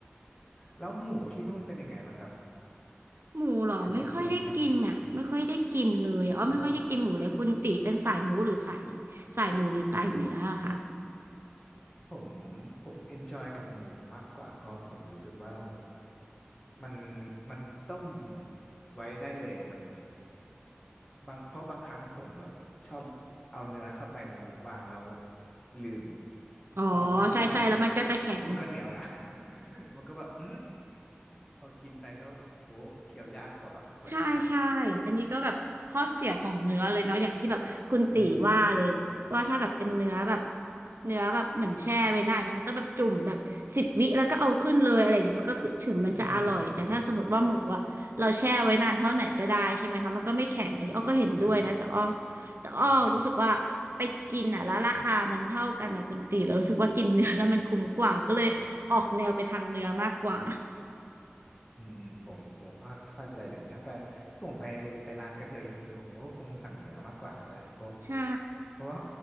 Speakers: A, on the left; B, on the right.
A: แล้วหมูที่นู่นเป็นยังไงบ้างครับ
B: หมูเหรอไม่ค่อยได้กินอ่ะไม่ค่อยได้กินเลยอ้อไม่ค่อยได้กินหมูเลยคุณตีเป็นสายหมูหรือสาย
A: ถือว่าพรีเมียมไหมครับอืม
B: สายหมูหรือสายเนื้ออะคะ
A: ผมผมเอนจอยกับหมูมากกว่าเพราะผมรู้สึกว่าแบบมันมันต้มไว้ได้เลยมันบางเพราะบางครั้งผมแบบชอบเอาเนื้อเข้าไปแล้ววางแล้วลืม
B: อ๋อ
A: พอเอาขึ้นมามันก็
B: ใช่ใช่แล้วมันก็จะแข็ง
A: <laughs> มันก็เหนียวละ <laughs> มันก็แบบอืมพอกินไปก็โอ้เคี้ยวยากกว่ากว่าจะขาดประมาณนี้ครับ
B: ใช่ใช่อันนี้ก็แบบข้อเสียของเนื้อเลยเนาะอย่างที่แบบคุณตีว่าเลยว่าถ้าแบบเป็นเนื้อแบบ
A: อืม
B: เนื้อแบบเหมือนแช่ไว้นานอย่างเงี้ยมันต้องแบบจุ่มแบบสิบวิแล้วก็เอาขึ้นเลยอะไรเงี้ยมันก็คือถึงมันจะอร่อยแต่ถ้าสมมติว่าหมูอะเราแช่ไว้นานเท่าไหนก็ได้ใช่ไหมคะมันก็ไม่แข็งอันนี้อ้อก็เห็นด้วยนะแต่อ้อ
A: อืมใช่ใช่ครับ
B: แต่อ้อรู้สึกว่าไปกินอะแล้วราคามันเท่ากันอะคุณตีเรารู้สึกว่ากินเนื้อแล้วมันคุ้มกว่าก็เลยออกแนวไปทางเนื้อมากกว่า
A: อมอ๋อ อืมผมผมก็เข้าใจเลยถ้าไปถ้าผมไปไปร้านกระเทยจริงๆผมก็คงสั่งเนื้อมากกว่าแล้วแหละเพราะ
B: ใช่
A: เพราะว่า